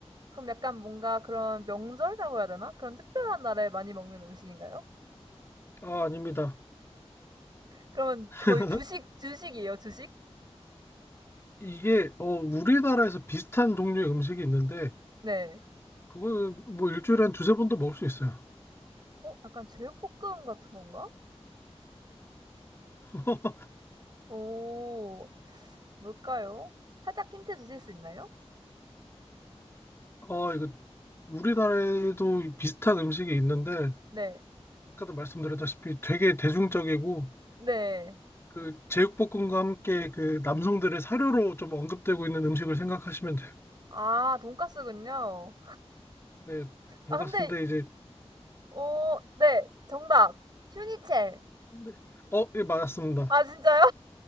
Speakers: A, on the right; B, on the left.
A: 그럼 약간 뭔가 그런 명절이라고 해야 되나? 그런 특별한 날에 많이 먹는 음식인가요?
B: 아, 아닙니다.
A: 그러면
B: <laughs>
A: 거의 주식 주식이에요, 주식?
B: 이게 어 우리나라에서 비슷한 종류의 음식이 있는데
A: 네.
B: 그거는 뭐 일주일에 한 두세 번도 먹을 수 있어요.
A: 어 약간 제육볶음 같은 건가?
B: <laughs>
A: 오. 뭘까요? 살짝 힌트 주실 수 있나요?
B: 어 이거
A: 사
B: 우리나라에도 비슷한 음식이 있는데
A: 네.
B: 아까도 말씀드렸다시피 되게 대중적이고
A: 네.
B: 그 제육볶음과 함께 그 남성들의 사료로 좀 언급되고 있는 음식을 생각하시면 돼요.
A: 아 돈까스군요.
B: 네, 돈가스인데
A: 아 근데
B: 이제
A: 어 네. 정답. 튜니첼
B: 네. 어, 예, 맞았습니다.
A: 아 진짜요?